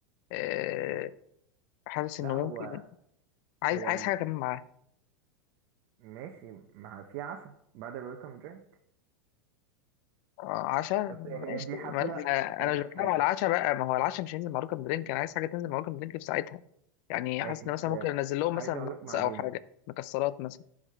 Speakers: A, on the left; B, on the right.
A: آه،
B: و...
A: حاسس انه
B: لا
A: ممكن
B: هو
A: عايز
B: هو
A: عايز
B: ال-
A: حاجه كمان معاها
B: ماشي ما في عشاء بعد الويلكم درينك
A: عشاء
B: بس هي
A: ماشي
B: دي حفلة
A: ما <laughs> انا
B: هفهمك
A: أنا مش بتكلم
B: حاجة
A: على العشاء بقى ما هو العشاء مش هينزل مع رقم درينك انا عايز حاجه تنزل مع رقم درينك في ساعتها يعني
B: ماشي
A: حاسس ان
B: بس
A: مثلا ممكن انزل لهم
B: عايز
A: مثلا
B: اقولك
A: نتس
B: معلومة
A: او حاجه مكسرات مثلا